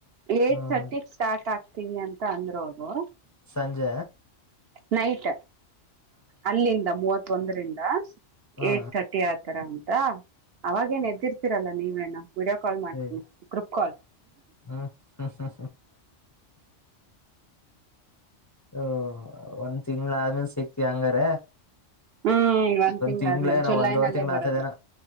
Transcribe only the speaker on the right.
ಏ
ತರ್ಟಿ ಸ್ಟಾರ್ಟ್ ಆ ತೀವಿ ಅಂತ ಅಂದ್ರ ಹೋಗದು
ನೈಟ್ ಅಲ್ಲಿಂದ ಮೂವತ್ತು ಒಂದ್ರಿಂದ
ಏಟ್ ತರ್ಟಿ ಆತರ <unintelligible> ಅವಾಗೇನ್ ಎದ್ದಿರ್ತೀರಲ್ಲ ನೀವೇನು ವಿಡಿಯೋ ಕಾಲ್ ಮಾಡ್ತೀನಿ
ಗ್ರೂಪ್ ಕಾಲ್
ಹ್ಮ್ ಒಂದ್ ತಿಂಗಳು
ಆದ್ಮೇಲೆ ಜುಲೈ
ನಲ್ಲೇ
ಬರೋದು